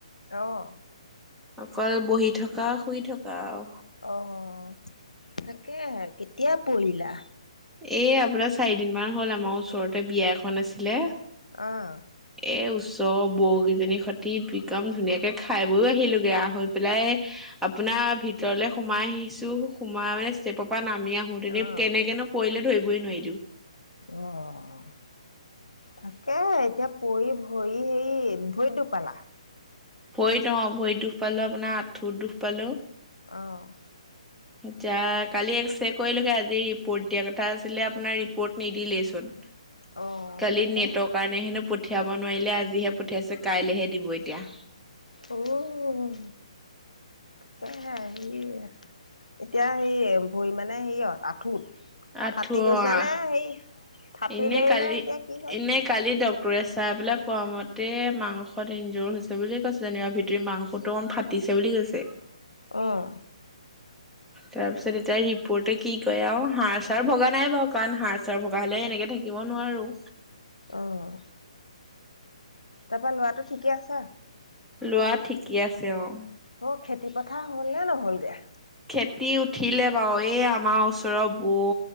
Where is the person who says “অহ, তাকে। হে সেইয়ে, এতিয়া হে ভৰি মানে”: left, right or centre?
Left